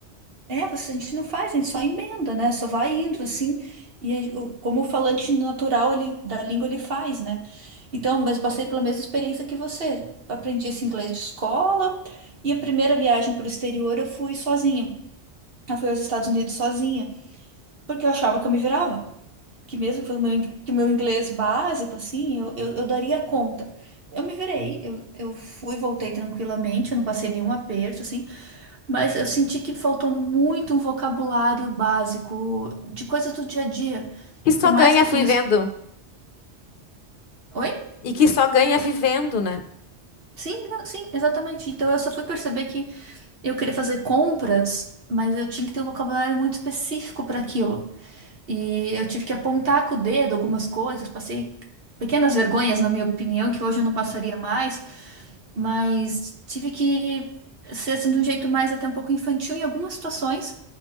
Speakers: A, on the right; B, on the left.
A: É, você, a gente não faz, a gente só emenda, né? Só vai indo assim. E aí, o- como o falante natural ele, da língua ele faz, né? Então, mas eu passei pela mesma experiência que você. Aprendi esse inglês de escola e a primeira viagem para o exterior eu fui sozinha. Eu fui aos Estados Unidos sozinha, porque eu achava que eu me virava. Que mesmo que o meu, in- que o meu inglês básico, assim, eu, eu, eu daria conta. Eu me virei, eu, eu fui, voltei tranquilamente, eu não passei nenhum aperto, assim. Mas eu senti que faltou muito um vocabulário básico de coisas do dia a dia.
B: Que
A: Que
B: só
A: Por mais
B: ganha
A: que eu
B: vivendo.
A: tenha. es- Oi?
B: E que só ganha vivendo, né?
A: Sim, não, sim, exatamente. Então eu só fui perceber que eu queria fazer compras, mas eu tinha que ter um vocabulário muito específico para aquilo. E eu tive que apontar com o dedo algumas coisas, passei pequenas vergonhas, na minha opinião, que hoje eu não passaria mais, mas tive que ser assim, de um jeito mais até um pouco infantil em algumas situações